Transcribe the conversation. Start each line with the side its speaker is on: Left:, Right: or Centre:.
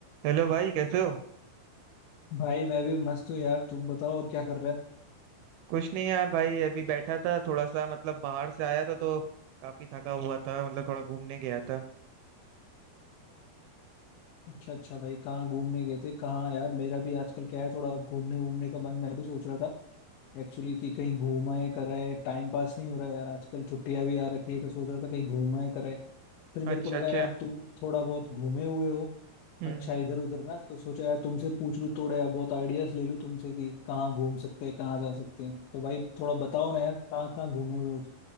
Right: Hello भाई कैसे हो
Left: भाई मैं भी मस्त हूँ यार तुम बताओ और क्या कर रहे हैं
Right: कुछ नहीं यार भाई अभी बैठा था थोड़ा सा मतलब बाहर से आया था तो काफी थका हुआ था मतलब थोड़ा घूमने गया था
Left: अच्छा अच्छा भाई कहाँ घूमने गए थे कहाँ यार मेरा भी आजकल क्या है थोड़ा घूमने घूमने का मन मैं भी सोच रहा था एक्चुअली कि कहीं घूमाए कराए टाइम पास नहीं हो रहा है यार आजकल छुट्टियां भी आ रखी है तो सोच रहा था कहीं घूमाए कराए फिर मेरे
Right: अच्छा
Left: को लगा
Right: अच्छा
Left: यार तुम थोड़ा बहुत घूमे हुए हो
Right: हम्म
Left: अच्छा इधर उधर ना तो सोचा यार तुमसे पूछ लूँ थोड़ा यार बहुत आइडियाज ले लूँ तुमसे कि कहाँ घूम सकते हैं कहाँ जा सकते हैं तो भाई थोड़ा बताओ ना यार कहाँ कहाँ घूमे हुए हो